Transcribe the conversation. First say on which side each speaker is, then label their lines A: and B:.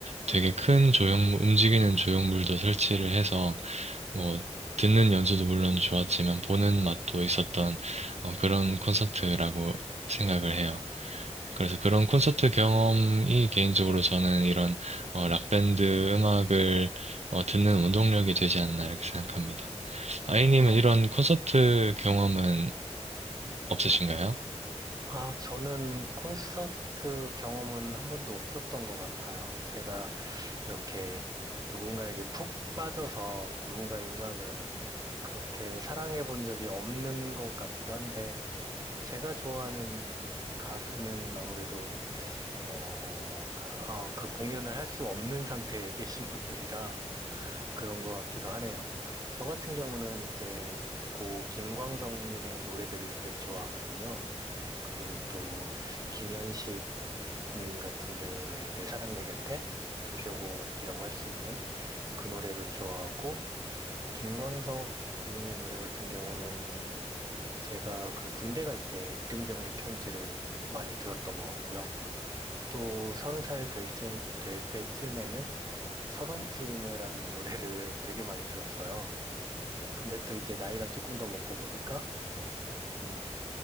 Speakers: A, on the right; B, on the right.
A: 되게 큰 조형물 움직이는 조형물도 설치를 해서 뭐 듣는 연주도 물론 좋았지만 보는 맛도 있었던 어, 그런 콘서트라고 생각을 해요. 그래서 그런 콘서트 경험이 개인적으로 저는 이런 어, 락밴드 음악을 어, 듣는 운동력이 되지 않나 이렇게 생각합니다. 아이님은
B: 어,
A: 이런 콘서트 경험은 없으신가요?
B: 아, 저는 콘서트 경험은 한 번도 없었던 것 같아요. 제가 이렇게 누군가에게 푹 빠져서 누군가의 음악을 그렇게 사랑해 본 적이 없는 것 같기도 한데, 제가 좋아하는 가수는 아무래도, 어, 어, 그 공연을 할 수 없는 상태에 <laughs> 계신 분들이라 그런 것 같기도 하네요. 저 같은 경우는 이제 고 김광석님의 노래들을 되게 좋아하거든요. 그리고 또 김현식 님 같은 경우에 내 사랑 내 곁에 대표곡이라고 할 수 있는 그 노래를 좋아하고 김광석 님의 노래 같은 경우는 제가 그 군대 갈 때 이등병의 편지를 많이 들었던 것 같고요. 또 서른 살 될 때, 될 때쯤에는 서른쯤에라는 노래를 되게 많이 들었어요. 근데 또 이제 나이가 조금 더 먹고 보니까 음,